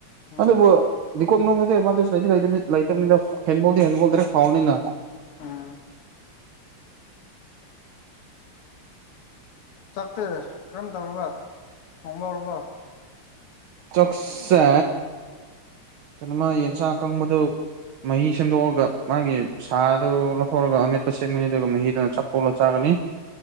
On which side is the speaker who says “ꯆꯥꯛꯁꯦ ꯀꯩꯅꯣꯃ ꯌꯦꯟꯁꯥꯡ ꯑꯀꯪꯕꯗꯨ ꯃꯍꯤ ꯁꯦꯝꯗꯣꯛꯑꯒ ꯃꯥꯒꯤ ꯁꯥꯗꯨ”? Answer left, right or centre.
Right